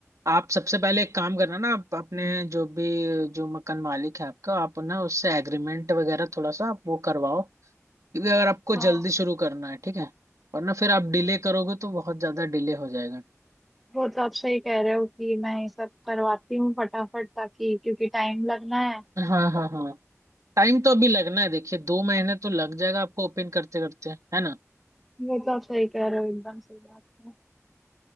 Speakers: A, on the right (about 80°); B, in the centre.
A: आप सबसे पहले एक काम करना ना आप अपने जो भी जो मकान मालिक है आपका आप ना उससे एग्रीमेंट वगैरह थोड़ा सा आप वो करवाओ क्योंकि अगर आपको
B: हाँ
A: जल्दी शुरू करना है ठीक है वरना फिर आप डिले
B: वो
A: करोगे तो बहुत ज्यादा डिले हो जाएगा
B: वो तो आप सही कह रहे हो कि मैं ये सब करवाती हूँ फटाफट ताकि क्योंकि टाइम लगना है
A: हाँ हाँ हाँ टाइम तो अभी लगना है देखिए दो महीने तो लग जाएगा आपको ओपन करते करते है ना
B: वो तो आप सही कह रहे हो एकदम सही बात है